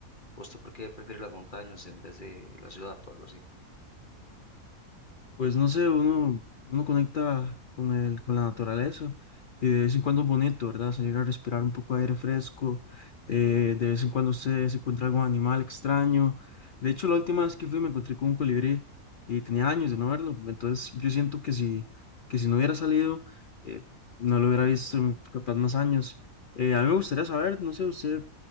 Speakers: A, on the left (about 35°); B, on the left (about 80°).
A: ¿Usted por qué prefiere las montañas en vez de la ciudad o algo así?
B: Pues no sé, uno, uno conecta con el, con la naturaleza y de vez en cuando es bonito, ¿verdad? Salir a respirar un poco de aire fresco, eh, de vez en cuando usted se encuentra algún animal extraño. De hecho, la última vez que fui me encontré con un colibrí y tenía años de no verlo, entonces yo siento que si, que si no hubiera salido, eh, no lo hubiera visto en capaz más años. Eh, a mí me gustaría saber, no sé, usted